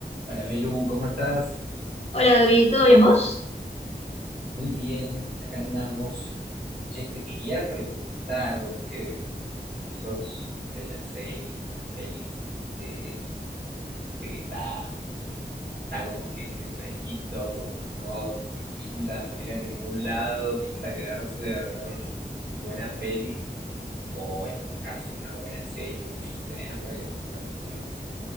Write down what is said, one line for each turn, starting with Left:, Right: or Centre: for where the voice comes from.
Right: Hola Belu, ¿cómo estás?
Left: Hola Adri, ¿todo bien vos?
Right: Muy bien, acá andamos. Che, te quería preguntar, vos que, que sos de las series, de las pelis, de, de que está, está como que fresquito, como que no pinta salir a ningún lado, pinta quedarse a ver unas buenas pelis o enroscarse en una buena serie. ¿Tenés alguna que me recomiendes?